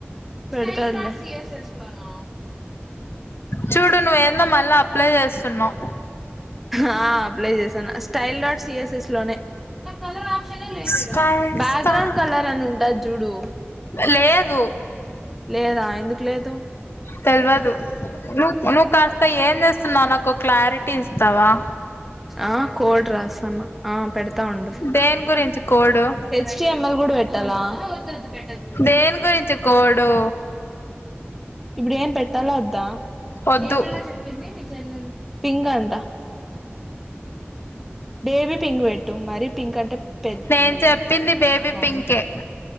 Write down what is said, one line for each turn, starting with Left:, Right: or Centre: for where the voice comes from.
Centre: పెడతాడు. లే అట్లనా
Left: చూడు నువ్వు. ఏందో మళ్ళా అప్లై చేస్తున్నావ్
Centre: ఆ అప్లై చేసాను. స్టైల్డ్ ఆర్ట్ సిఎస్ఎస్ లోనే నా కలర్ ఆప్షన్ లేదు
Left: స్టైల్
Centre: ఇడా బ్యాక్గ్రౌండ్
Left: స్టార్
Centre: కలర్ అని ఉంటది జూడు.
Left: లేదు
Centre: లేదా. ఎందుకు లేదు.
Left: తెల్వదు నువ్వు నువ్వు కాస్త ఏం చేస్తున్నావు నాకు క్లారిటీ ఇస్తావా
Centre: ఆ కోడ్ రాస్తన్న ఆ పెడతా ఆ ఉండు.
Left: దేని గురించి కోడు
Centre: హెచ్టిఎంఎల్ గూడా బెట్టల్ల. ఆ వద్దు వద్దు పెట్టొద్దు.
Left: దేని గురించి కోడు
Centre: ఇబ్బుడు ఏం పె పెట్టాలా వద్దా
Left: వద్దు
Centre: ఏ కలర్ చెప్పింది. మీ చెల్లెలు. పింక్ అంట బేబి పింక్ వెట్టు. మరి పింక్ అంటే పెద్
Left: నేను
Centre: ఈ
Left: చెప్పింది బేబీ
Centre: బాగుంది
Left: పింకే.